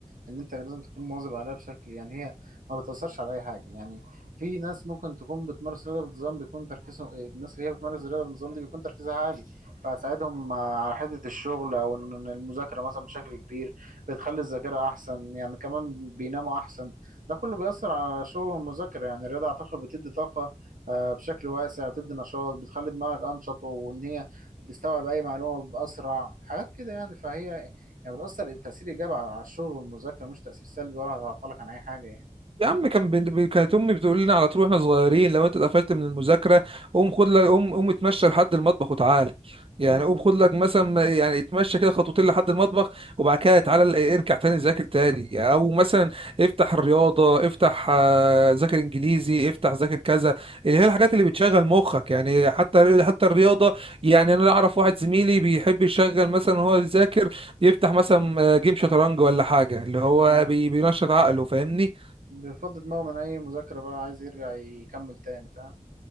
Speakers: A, on the right; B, on the right.
A: ان انت لازم تكون مواظب عليها بشكل يعني هي ما بتاثرش على اي حاجه يعني في ناس ممكن تكون بتمارس رياضه بانتظام بيكون تركيزهم الناس اللي هي بتمارس الرياضه بانتظام دي بيكون تركيزها عالي فهتساعدهم على حته الشغل او ان المذاكره مثلا بشكل كبير بتخلي الذاكره احسن يعني كمان بيناموا احسن ده كله بيأثر على الشغل والمذاكره يعني الرياضه اعتقد بتدي طاقه آه، بشكل واسع بتدي نشاط بتخلي دماغك انشط وان هي بيستوعب اي معلومه باسرع حاجات كده يعني فهي يعني بتاثر تاثير ايجابي على على الشغل والمذاكره مش تاثير سلبي ولا هتعطلك عن اي حاجه يعني
B: يا عم كان بنت- ب- كانت امي بتقول لنا على طول واحنا صغيرين لو انت اتقفلت من المذاكره قوم خد لك قوم قوم اتمشى لحد المطبخ وتعالى
A: امم
B: يعني قوم خد لك مثلا ما- يعني اتمشى كده خطوتين لحد المطبخ وبعد كده تعالى ال- ارجع تاني ذاكر تاني يعني او مثلا افتح الرياضه افتح آه، ذاكر انجليزي افتح ذاكر كذا اللي هي الحاجات اللي بتشغل مخك يعني حتى حتى الرياضه يعني انا اعرف واحد زميلي بيحب يشغل مثلا وهو بيذاكر يفتح مثلا آه، جيم شطرنج ولا حاجه اللي هو
A: ف-
B: بي- بينشط عقله فاهمني
A: بيفضي دماغه من اي مذاكره بقى عايز يرجع يكمل تاني فاهم